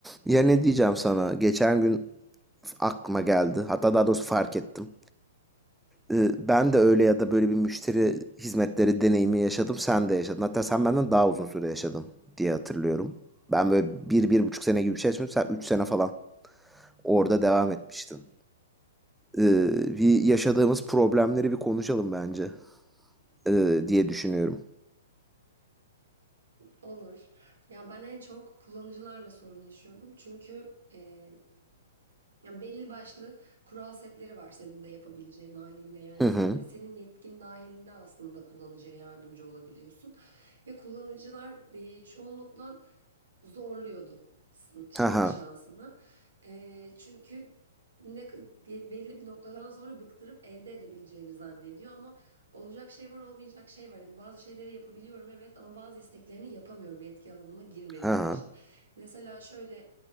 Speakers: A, in the centre; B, on the right (about 85°).
A: Ya ne diyeceğim sana? Geçen gün aklıma geldi. Hatta daha doğrusu fark ettim. Ee, Ben de öyle ya da böyle bir müşteri hizmetleri deneyimi yaşadım. Sen de yaşadın. Hatta sen benden daha uzun süre yaşadın diye hatırlıyorum. Ben böyle bir, bir buçuk sene gibi bir şey yaşamıştım. Sen üç sene falan orada devam etmiştin. Ee, bir yaşadığımız problemleri bir konuşalım bence ee, diye düşünüyorum.
B: Olur. Ya ben en çok kullanıcılarla sorun yaşıyordum. Çünkü e, ya belli başlı kural setleri var senin de yapabileceğin haliyle. Yani
A: Hı hı.
B: sen de senin yetkin dahilinde aslında kullanıcıya yardımcı olabiliyorsun. Ve kullanıcılar e, çoğunlukla zorluyordu sın- şeyini
A: Ha ha.
B: şansını. E, çünkü ne, be- belli bir noktadan sonra bıktırıp elde edebileceğini zannediyor ama olacak şey var olmayacak şey var. Yani bazı şeyleri yapabiliyorum evet ama bazı isteklerini yapamıyorum yetki alanıma girmediği
A: Ha ha.
B: için. Mesela şöyle